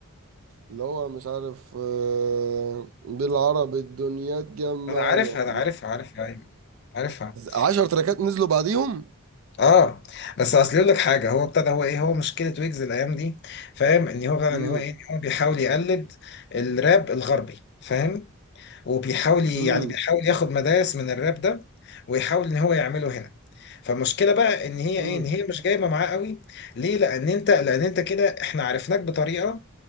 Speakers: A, on the right; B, on the left.
A: اللي هو مش عارف آه، بالعربي الدنيا تجمعنا
B: انا عارفها انا عارفها عارفها ايوه عارفها
A: 10 تراكات نزلوا بعديهم
B: اه بس اصل يقول لك حاجه هو ابتدى هو ايه هو مشكله ويجز الايام دي فاهم ان هو فعلا
A: امم
B: ان هو ايه إن هو بيحاول يقلد الراب الغربي فاهم وبيحاول ي-
A: امم
B: يعني بيحاول ياخد مدارس من الراب ده ويحاول ان هو يعمله هنا فالمشكله بقى ان هي
A: امم
B: ايه ان هي مش جايبه معاه قوي ليه لان انت لان انت كده احنا عرفناك بطريقه